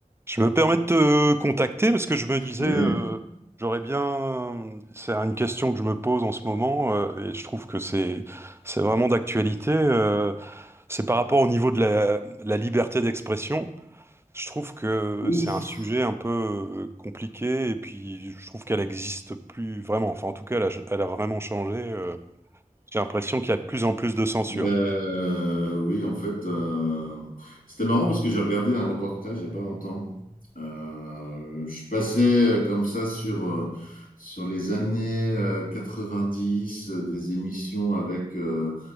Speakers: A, on the right; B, on the left.
A: Je me permets de te contacter parce que je me disais,
B: Oui,
A: euh, j'aurais bien, c'est une question que je me pose en ce moment euh, et je trouve que c'est c'est vraiment d'actualité. euh, c'est par rapport au niveau de la, la liberté d'expression. Je trouve que
B: ouf.
A: c'est un sujet un peu euh, compliqué et puis je trouve qu'elle existe plus vraiment. Enfin, en tout cas, elle a, elle a vraiment changé. euh. j'ai l'impression qu'il y a de plus en plus de censure.
B: Ben, euh, oui, en fait, euh, c'était marrant parce que j'ai regardé un reportage il n'y a pas longtemps. Euh, je passais euh, comme ça sur, euh, sur les années euh, 90, euh, des émissions avec, euh,